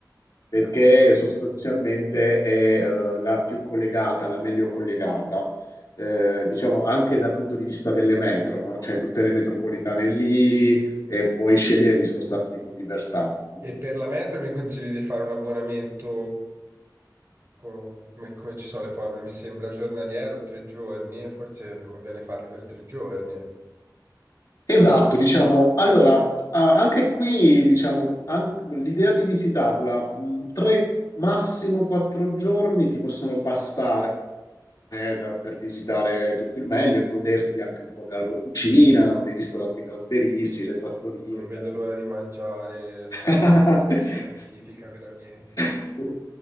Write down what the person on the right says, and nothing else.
E per la metro mi consigli di fare un abbonamento, co- come, come ci sono le formule? Mi sembra giornaliero, tre giorni, e forse mi conviene farlo per tre giorni.
Non vedo
l'ora di mangiare, sì,
la loro cucina <laughs> tipica, veramente.